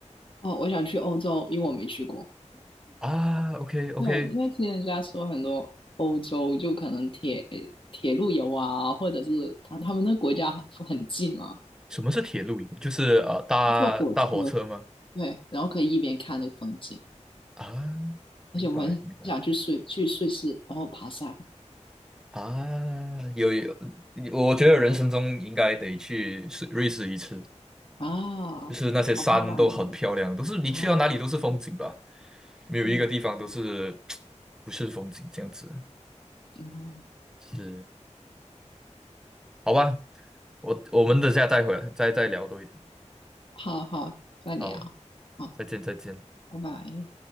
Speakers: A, on the left (about 45°); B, in the centre.
A: 哦，我想去欧洲，因为我没去过。
B: 啊？OK OK，
A: 对，因为听人家说很多欧洲就可能铁铁路游啊，或者是他他们那国家很很近嘛，
B: 什么是铁路游就是呃搭搭火车吗？
A: 坐火车，对，然后可以一边看那个风景，
B: 啊，
A: 而且我很想去瑞去瑞士，
B: 明白明白
A: 然后爬山
B: 啊，有有，我觉得人生中应该得去瑞瑞士一次，
A: 啊，
B: 就是那些山都很漂亮，
A: 好漂亮
B: 都是你去到哪里都是风景吧，
A: 啊，嗯
B: 没有一个地方都是
A: 嗯
B: <tsk> 不是风景这样子。
A: 啊。
B: 是，好吧，我我们等下再回来再再聊多一点。
A: 好好，再聊，
B: 好，
A: 好，
B: 再见再见。
A: 拜拜。